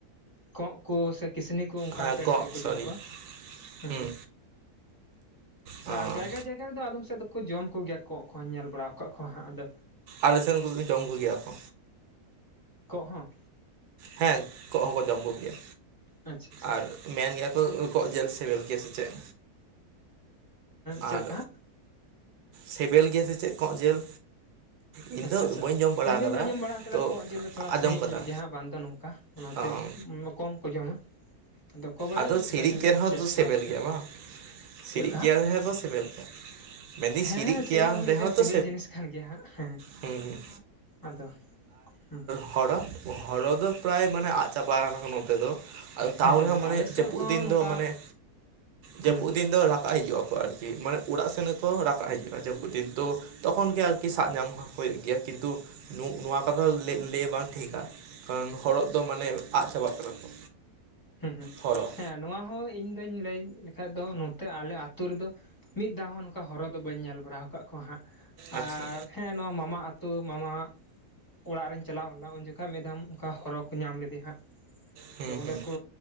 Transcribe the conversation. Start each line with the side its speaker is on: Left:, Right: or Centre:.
Left: ᱠᱚᱸᱜ ᱠᱚ ᱥᱮ ᱠᱤᱥᱱᱤ ᱠᱚ ᱚᱱᱠᱟᱱ
Right: ᱦᱮᱸ
Left: ᱪᱮᱬᱮ
Right: ᱠᱚᱸᱜ
Left: ᱵᱟᱠᱚ
Right: ᱥᱚᱨᱤ
Left: ᱡᱚᱢ ᱠᱚᱣᱟ, ᱦᱚᱸ
Right: ᱦᱩᱸ
Left: ᱦᱚᱸ
Right: ᱚᱸ
Left: ᱟᱨ ᱡᱟᱜᱟ ᱡᱟᱜᱟ ᱨᱮᱫᱚ ᱟᱫᱚᱢ ᱥᱮᱫ ᱫᱚᱠᱚ ᱡᱚᱢ ᱠᱚᱜᱮᱭᱟ ᱠᱚᱸᱜ ᱠᱚᱦᱚᱸᱧ ᱧᱮᱞ ᱵᱟᱲᱟ ᱟᱠᱟᱫ ᱠᱚᱣᱟ ᱦᱟᱸᱜ ᱟᱫᱚ
Right: ᱟᱞᱮᱥᱱ ᱠᱚ ᱩᱱᱠᱩ ᱫᱚᱠᱚ ᱡᱚᱢ ᱠᱚᱜᱮ ᱭᱟᱠᱚ᱾
Left: ᱠᱚᱜ ᱦᱚᱸ?
Right: ᱦᱮᱸ ᱠᱚᱸᱜ ᱦᱚᱠᱚ ᱡᱚᱢ ᱠᱚᱜᱮᱭᱟ
Left: ᱟᱪᱪᱷᱟ ᱟᱪᱪᱷᱟ
Right: ᱟᱨ ᱢᱮᱱ ᱜᱮᱭᱟ ᱠᱚ ᱠᱚᱜ ᱡᱮᱞ ᱥᱮᱵᱮᱞ ᱜᱮᱭᱟ ᱥᱮ ᱪᱮᱫ?
Left: ᱪᱮᱫ
Right: ᱟᱨ
Left: ᱞᱮᱠᱟ ᱦᱟᱸᱜ
Right: ᱥᱤᱵᱮᱞ ᱜᱮᱭᱟ ᱥᱮ ᱪᱮᱫ ᱠᱚᱜ ᱡᱤᱞ? ᱤᱧ
Left: ᱟᱪᱷᱟ
Right: ᱫᱚ
Left: ᱪᱷᱟ ᱪᱷᱟ
Right: ᱵᱟᱹᱧ ᱡᱚᱢ ᱵᱟᱲᱟ
Left: ᱤᱧ
Right: ᱟᱠᱟᱫᱟ
Left: ᱫᱩᱧ ᱟᱸᱡᱚᱢ ᱵᱟᱲᱟ ᱟᱠᱟᱫᱟ
Right: ᱛᱚ
Left: ᱠᱚᱸᱜ ᱡᱤᱞ ᱫᱚ ᱛᱷᱚᱲᱟ
Right: ᱟᱸᱡᱚᱢ
Left: ᱥᱤᱬᱤᱡ
Right: ᱠᱟᱫᱟ
Left: ᱧᱚᱜ ᱜᱮᱭᱟ ᱦᱟᱸᱜ ᱵᱟᱝᱫᱚ ᱱᱚᱝᱠᱟ, ᱚᱱᱟᱛᱮ
Right: ᱚᱸ
Left: ᱳᱢ ᱠᱚᱢ ᱠᱚ ᱡᱚᱢᱟ᱾ ᱚᱠᱚᱭ ᱵᱟᱲᱟᱭ
Right: ᱟᱫᱚ ᱥᱤᱲᱤᱡ
Left: ᱵᱟᱹᱧ
Right: ᱜᱮ ᱨᱮᱦᱚᱸ
Left: ᱴᱮᱥᱴ
Right: ᱫᱚ ᱥᱤᱵᱤᱞ
Left: ᱵᱟᱲᱟ ᱟᱠᱟᱫᱟ
Right: ᱜᱮᱭᱟ ᱵᱟᱝ?
Left: ᱪᱮᱫ
Right: ᱥᱤᱲᱤᱡ
Left: ᱞᱮᱠᱟ
Right: ᱜᱮᱭᱟ
Left: ᱦᱟᱸᱜ
Right: ᱦᱮ ᱫᱚ ᱥᱤᱵᱤᱞ ᱜᱮᱭᱟ᱾ ᱢᱮᱱᱫᱟᱹᱧ
Left: ᱦᱮᱸ ᱦᱮᱸ
Right: ᱜᱮᱭᱟ
Left: ᱥᱤᱲᱤᱡ ᱦᱚᱸ
Right: ᱨᱮᱦᱚᱸ
Left: ᱢᱤᱜᱴᱟᱹᱝ
Right: ᱛᱚ
Left: ᱥᱤᱵᱤᱞ ᱡᱤᱱᱤᱥ ᱠᱟᱱ ᱜᱮᱭᱟ ᱦᱟᱸᱜ ᱦᱮᱸ ᱦᱮᱸ᱾
Right: ᱦᱩᱸ
Left: ᱟᱫᱚ ᱦᱚᱸ
Right: ᱦᱚᱲᱚ ᱦᱚᱲᱚᱨᱚ ᱫᱚ ᱯᱨᱟᱭ ᱢᱟᱱᱮ ᱟᱫ ᱪᱟᱵᱟ ᱟᱠᱟᱱᱟ ᱠᱚ ᱱᱚᱛᱮ ᱫᱚ ᱛᱟᱣ
Left: ᱦᱮᱸ
Right: ᱨᱮᱦᱚᱸ ᱢᱟᱱᱮ
Left: ᱟᱞᱮ ᱥᱮᱫ
Right: ᱪᱟᱹᱯᱩᱫ
Left: ᱦᱚᱸ
Right: ᱫᱤᱱ
Left: ᱱᱚᱝᱠᱟ
Right: ᱫᱚ ᱢᱟᱱᱮ ᱡᱟᱹᱯᱩᱫ
Left: ᱦᱩᱸ
Right: ᱫᱤᱱ ᱫᱚ ᱨᱟᱠᱟᱵ ᱦᱤᱡᱩᱜ ᱟᱠᱚ ᱟᱨᱠᱤ ᱠᱤ ᱢᱟᱱᱮ ᱚᱲᱟᱜ ᱥᱮᱱ ᱜᱮᱠᱚ ᱨᱟᱠᱟᱵ ᱦᱤᱡᱩᱜᱼᱟ ᱡᱟᱹᱯᱩᱫ ᱫᱤᱱ ᱛᱚ ᱛᱚᱠᱷᱚᱱ ᱜᱮ ᱟᱨᱠᱤ ᱥᱟᱵ ᱧᱟᱢ ᱦᱩᱭᱩᱜ ᱜᱮᱭᱟ ᱠᱤᱱᱛᱩ ᱱᱚᱣᱟ ᱠᱟᱛᱷᱟ ᱞᱟᱜ ᱞᱟᱹᱭ ᱵᱟᱝ ᱴᱷᱤᱠᱟ᱾ ᱠᱟᱨᱚᱱ ᱦᱚᱨᱚᱜ ᱫᱚ ᱢᱟᱱᱮ ᱟᱜ ᱪᱟᱵᱟᱜ ᱠᱟᱱᱟ ᱠᱚ᱾
Left: ᱦᱩᱸ ᱦᱩᱸ
Right: ᱦᱚᱲᱚ
Left: ᱦᱮᱸ ᱱᱚᱣᱟ ᱦᱚᱸ ᱤᱧ ᱫᱩᱧ ᱞᱟᱹᱭ ᱞᱮᱠᱷᱟᱡ ᱫᱚ ᱱᱚᱛᱮ ᱟᱞᱮ ᱟᱹᱛᱩ ᱨᱮᱫᱚ ᱢᱤᱫ ᱫᱷᱟᱣ ᱦᱚᱸ ᱱᱚᱝᱠᱟ ᱦᱚᱨᱚ ᱫᱚ ᱵᱟᱹᱧ ᱧᱮᱞ ᱵᱟᱲᱟ ᱟᱠᱟᱫ ᱠᱚᱣᱟ ᱦᱟᱸᱜ,
Right: ᱟᱪᱪᱷᱟ
Left: ᱟᱨ ᱦᱮᱸ ᱱᱚᱣᱟ ᱢᱟᱢᱟ ᱟᱹᱛᱩ ᱢᱟᱢᱟ ᱚᱲᱟᱜ ᱨᱤᱧ ᱪᱟᱞᱟᱣ ᱞᱮᱱᱟ ᱩᱱ ᱡᱚᱠᱷᱚᱡ ᱢᱤᱫ ᱫᱷᱟᱢ ᱚᱝᱠᱟ ᱦᱚᱨᱚ ᱠᱚ ᱧᱟᱢ ᱞᱮᱫᱮᱭ ᱦᱟᱸᱜ᱾
Right: ᱦᱩᱸ
Left: ᱟᱫᱚ ᱚᱱᱰᱮ
Right: ᱦᱩᱸ
Left: ᱠᱚ